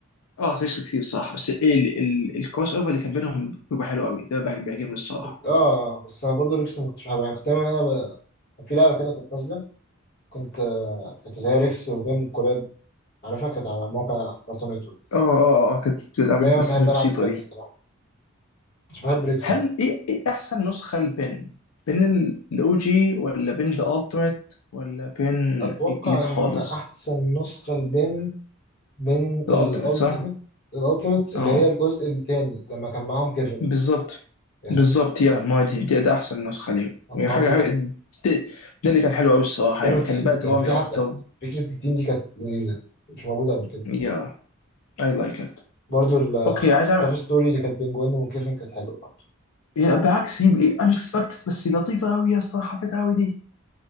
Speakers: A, on the left; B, on the left.
A: اه سيكس كتير الصراحه بس ايه ال- ال- الكروس اوفر اللي كان بينهم بيبقى حلو قوي ده بيعجب- بيعجبني الصراحه
B: كنت آه بس أنا برضه ريكس ما كنتش بحبها يعني كنت دايماً أنا ب- في لعبة كده كانت نازلة كنت آه، كانت اللي هي ريكس وبين كلاب على فكرة كانت على موقع كارتون نتورك
A: اه اه اه كانت بتلعب
B: دايما
A: البس
B: بحب
A: البسيطه
B: ألعب البين
A: دي
B: الصراحة مش بحب ريكس
A: هل
B: أوي
A: ايه, إيه احسن نسخه لبن بين الاو جي ولا بين ذا التيميت ولا بين
B: أتوقع
A: الجديد
B: إن
A: خالص
B: أحسن نسخة البين بين
A: الالتيميت
B: الألتيميت
A: صح
B: الألتيميت اللي
A: اه
B: هي الجزء التاني لما كان معاهم كيفن
A: بالظبط
B: يس
A: بالظبط يا ما هي دي دي- ده احسن نسخه ليهم
B: لما
A: يعني
B: كان معاهم
A: حاجه
B: كيفن
A: حاجه ده, ده اللي كان حلو قوي الصراحه
B: كانوا
A: يعني
B: تيم
A: كان بقى
B: كان
A: درامي
B: في
A: اكتر
B: حتى فكرة التيم دي كانت لذيذة مش موجودة قبل كده
A: يا اي لايك ات
B: برضو اللاف
A: اوكي عايز أعمل
B: ستوري اللي كانت بين جوين وكيفن كانت حلوة برضو
A: يا بالعكس هي انكسبكتد بس لطيفه قوي يا اسطى حبيتها قوي دي